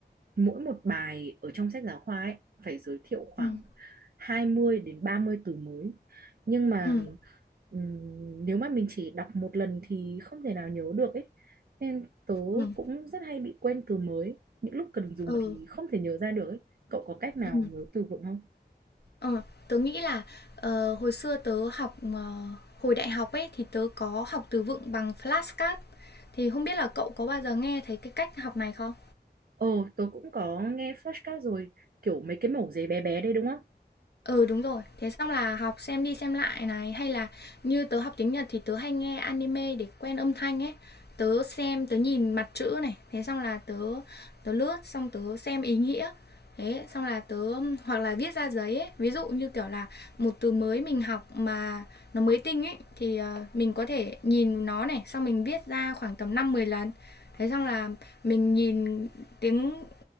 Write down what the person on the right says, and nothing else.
mỗi một bài ở trong sách giáo khoa ấy phải giới thiệu khoảng
20 đến 30 từ mới. Nhưng mà
ừm, nếu mà mình chỉ đọc một lần thì không thể nào nhớ được ấy. Nên tớ
cũng rất hay bị quên từ mới. Những lúc cần dùng
thì không thể nhớ ra được ấy. Cậu có cách nào
nhớ từ vựng không?
Ồ, tớ cũng có nghe podcast rồi, kiểu mấy cái mẩu giấy bé bé đây đúng không?